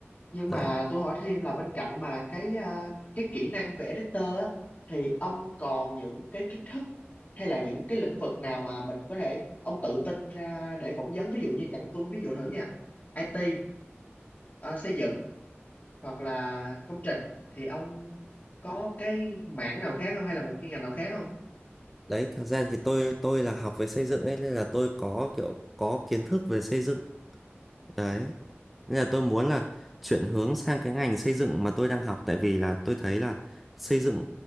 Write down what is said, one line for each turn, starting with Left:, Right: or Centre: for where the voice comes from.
Left: Nhưng
Centre: đấy
Left: mà tôi hỏi thêm là bên cạnh mà cái à, cái kỹ năng vẽ vector á thì ông còn những cái kiến thức hay là những cái lĩnh vực nào mà mình có thể ông tự tin ra để phỏng vấn ví dụ như chẳng tôi ví dụ thử nha IT ờ, xây dựng hoặc là công trình thì ông có cái mảng nào khác không hay là một chuyên ngành nào khác không?
Centre: đấy thật ra thì tôi tôi là học về xây dựng ấy nên là tôi có kiểu có kiến thức về xây dựng đấy nên là tôi muốn là chuyển hướng sang cái ngành xây dựng mà tôi đang học tại vì là tôi thấy là xây dựng